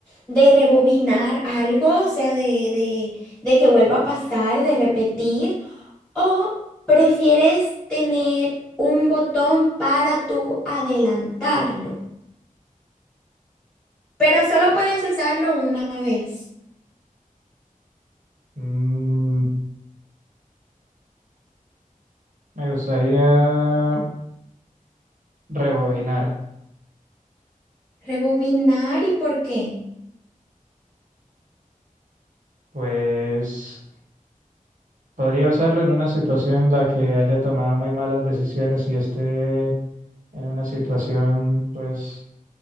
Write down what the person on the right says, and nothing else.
Mm, me gustaría rebobinar,
pues podría usarlo en una situación en la que haya tomado muy malas decisiones y esté en una situación pues